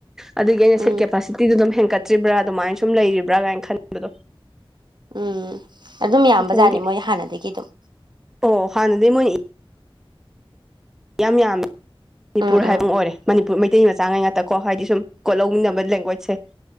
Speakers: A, in the centre; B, on the right.
A: ꯑꯗꯨꯒꯤ ꯑꯩꯅ ꯁꯤꯠ
B: ꯎꯝ
A: ꯀꯦꯄꯥꯁꯤꯇꯤꯗꯨ ꯑꯗꯨꯝ ꯍꯦꯟꯒꯠꯇ꯭ꯔꯤꯕ꯭ꯔꯥ ꯑꯗꯨꯃꯥꯏꯅ ꯁꯨꯝ ꯂꯩꯔꯤꯕ꯭ꯔꯥ ꯀꯥꯏꯅ ꯈꯟꯕꯗꯣ
B: ꯎꯝ ꯑꯗꯨꯝ ꯌꯥꯝꯕ
A: ꯑꯗꯨꯒꯤ
B: ꯖꯥꯠꯅꯤ ꯃꯣꯏ ꯍꯥꯟꯅꯗꯒꯤ ꯑꯗꯨꯝ
A: ꯑꯣ ꯍꯥꯟꯅꯗꯤ ꯃꯣꯏ ꯌꯥꯝ ꯌꯥꯝꯃꯦ ꯃꯅꯤꯄꯨꯔ
B: ꯎꯝ
A: ꯍꯥꯏꯕ
B: ꯎꯝ
A: ꯑꯃ ꯑꯣꯏꯔꯦ ꯃꯅꯤꯄꯨꯔ ꯃꯩꯇꯩ ꯃꯆꯥꯉꯩ ꯉꯥꯛꯇꯀꯣ ꯍꯥꯏꯗꯤ ꯁꯨꯝ ꯀꯣꯠ ꯂꯧꯃꯤꯟꯅꯕ ꯂꯦꯡꯒ꯭ꯋꯦꯖꯁꯦ